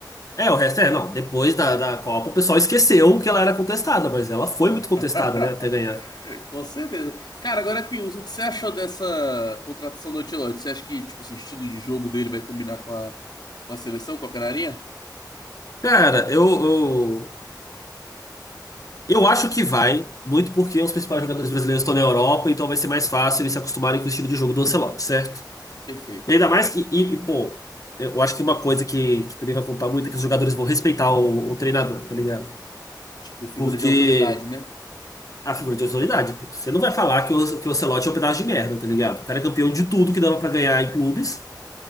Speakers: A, on the left (about 50°); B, on the left (about 70°).
A: É, o resto é, não, depois da, da Copa o pessoal esqueceu que ela era contestada, mas ela foi
B: <laughs>
A: muito contestada, né, até ganhar.
B: Com certeza. Cara, agora que o que você achou dessa contratação do Ancelotti? Você acha que, tipo assim, o estilo de jogo dele vai combinar com a, com a seleção, com a canarinha?
A: Cara, eu, eu Eu acho que vai, muito porque os principais jogadores brasileiros estão na Europa, então vai ser mais fácil eles se acostumarem com o estilo de jogo do Ancelotti, certo?
B: Perfeito.
A: E ainda mais que, e, e, pô, eu acho que uma coisa que, que também vai contar muito é que os jogadores vão respeitar o, o treinador, tá ligado?
B: Tipo, figura
A: Porque
B: de autoridade, né?
A: a figura de autoridade, pô, você não vai falar que o, que o Ancelotti é um pedaço de merda, tá ligado? O cara é campeão de tudo que dava pra ganhar em clubes